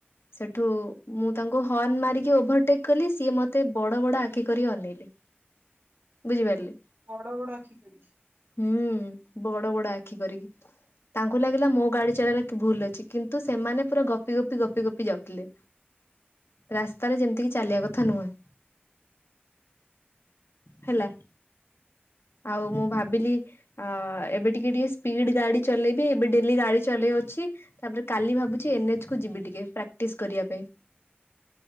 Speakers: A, on the left (about 85°); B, on the right (about 65°).
A: ସେଠୁ। ମୁଁ ତାଙ୍କୁ ହର୍ଣ୍ଣ ମାରିକି ଓଭରଟେକ୍ କଲି ସିଏ ମତେ ବଡ ବଡ ଆଖି କରି ଅନେଇଲି। ବୁଝିପାରିଲେ।
B: ବଡ ବଡ ଆଖି କରିିକି।
A: ହୁଁ, ବଡ ବଡ ଆଖି କରିକି। ତାଙ୍କୁ ଲାଗିଲା ମୋ ଗାଡି ଚଲାଇଲା ଭୁଲ ଅଛି କିନ୍ତୁ, ସେମାନେ ପୁରା ଗପି- ଗପି -ଗପି -ଗପି ଯାଉଥିଲେ। ରାସ୍ତାରେ ଯେମିତିକି ଚାଲିବା କଥା ନୁହେଁ। ହେଲା ଆଉ ମୁଁ ଭାବିଲି ଅ ଏବେ ଟିକେ ଟିକେ ସ୍ପିଡ ଗାଡି ଚଲେଇବି ଏବେ ଡେଲି ଗାଡି ଚଲେଇ ଅଛି। ତାପରେ କାଲି ଭାବୁଛି ଏନ୍ଏଚ କୁ ଯିବି ଟିକେ ପ୍ରାକ୍ଟିସ କରିବା ପାଇଁ।